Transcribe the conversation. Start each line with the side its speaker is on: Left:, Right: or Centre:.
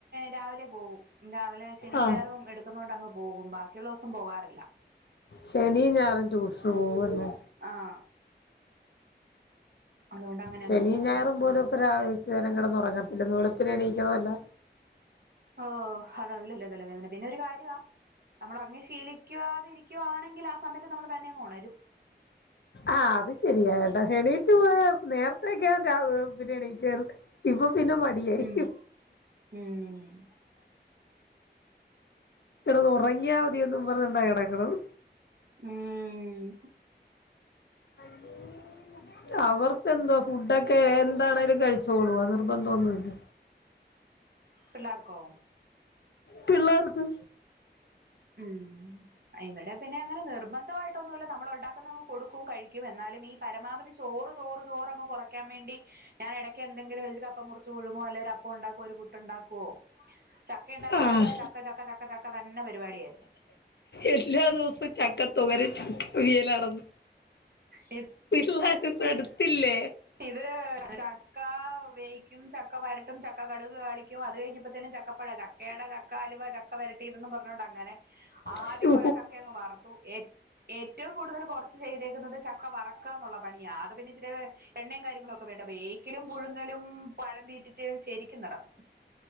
Right: രാവിലെ പോകും രാവിലെ ശനി
Left: ആഹ്
Right: ഞായറും എടുക്കുന്നോട്ട് അങ്ങ് പോകും ബാക്കിയുള്ള ദിവസം പോകാറില്ല.
Left: ശനിയും ഞയറും ടു ഷൂവല്ലേ?
Right: ആഹ് അതുകൊണ്ട് അങ്ങനെ
Left: ശനിം
Right: അങ്ങ് പോകും
Left: ഞായറും പോലഒക്കെ ആവേശ കൊറച്ചേരാം കിടന്ന് ഉറങ്ങത്തില്ലന്ന് വെളുപ്പിനെ എണീക്കണല്ലോ
Right: ഓ അത് അതിലും വലിയ തലവേദന പിന്നെ ഒരു കാര്യവാ നമ്മൾ അങ്ങ് ശീലിക്കാതെ ഇരിക്കുകവാണെങ്കിൽ ആ സമയത്ത് നമ്മൾ തന്നെങ് ഉണരും.
Left: ആഹ് അത് ശരിയട്ടാ എണീറ്റ് നേരത്തേക്കെൻ പിന്നെ എണീക്കെര്ന്ന്. ഇപ്പൊ പിന്നെ മടിയായി
Right: ഉം ഉം
Left: കിടന്ന് ഉറങ്ങിയാ മതിയെന്നും പറഞ്ഞോണ്ടാ കിടക്ക്ണത്.
Right: ഉം
Left: <unintelligible> അവർക്ക് എന്തോ ഫുഡൊക്കെ എന്താണേലും കഴിച്ചോളും അത് നിർബന്ധംഒന്നുംഇല്ല.
Right: പിള്ളർക്കോ
Left: പിള്ളർക്ക്
Right: ഉം ഇവിടെ പിന്നെ അങ്ങനെ നിർബന്ധമായിട്ടൊന്നുമല്ല നമ്മൾ ഉണ്ടാക്കുന്നങ്ങ് കൊടുക്കും കഴിക്കും. എന്നാലും ഈ പരമാവധി ചോറ് ചോറ് ചോറ് കുറക്കാൻ വേണ്ടി ഞാന ഇടക്ക് എന്തെങ്കിലും ഒരു കപ്പ മുറി ഴുങ്ങോ അല്ലെങ്കിൽ ഒര് അപ്പഉണ്ടാക്കോ ഒരു പുട്ട് ഉണ്ടാക്കുവോ ചക്ക ഉണ്ടായിരുന്ന
Left: ആഹ്
Right: സമയത്ത് ചക്ക ചക്ക ചക്ക ഒക്കെത്തന്നെ പരിപാടിയായി.
Left: എല്ലാ ദിവസവും ചക്ക തോരൻ ചക്ക അവിയലാണന്ന്
Right: ഈ
Left: പിള്ളേർപ്പോടുത്തില്ലേ
Right: ഇത് ചക്ക വേ ചക്ക വരട്ടും ചക്ക കടക്ക് താളിക്കും അത് കഴിഞ്ഞപ്പോ തന്നെ ചക്ക അപ്പഴ ചക്കയുടെ ചക്ക അലുവ ചക്ക വരട്ടിയതന്ന് പറഞ്ഞോട്ടെ അങ്ങനെ. ആദ്യം
Left: ശോ
Right: കൊറെ ചക്കഅങ്ങ് വറുത്തുഏ. ഏറ്റവും കൂടുതൽ കുറച്ച് ചെയ്തേക്കുന്നത് ചക്ക വറക്കന്നുള്ള പണിയാ അത് പിന്നെ ഇച്ചരി എണ്ണയും കാര്യങ്ങളും ഒക്കെ ക്കെ വേവിക്കലും പുഴുങ്ങലും പഴം തീറ്റിച്ച് ശരിക്കും നടന്നു.